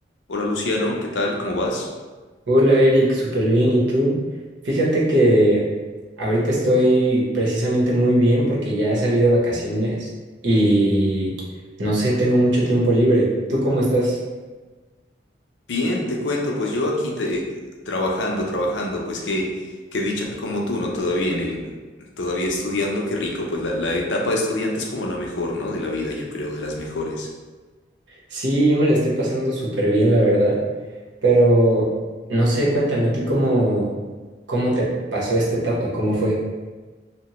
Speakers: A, on the left; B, on the right.
A: Hola Luciano, ¿qué tal? ¿Cómo vas?
B: Hola Eric, súper bien. ¿Y tú? Fíjate que ahorita estoy precisamente muy bien porque ya salí de vacaciones y no sé, tengo mucho tiempo libre. ¿Tú cómo estás?
A: Bien, te cuento, pues yo aquí te- trabajando, trabajando, pues qué, qué dicha como tú, ¿no? Todavía en el, todavía estudiando, qué rico, pues la, la etapa de estudiante es como la mejor, ¿no? De la vida, yo creo, de las mejores.
B: Sí, yo me la estoy pasando súper bien, la verdad. Pero no sé, cuéntame a ti cómo, cómo te pasó esta etapa, cómo fue.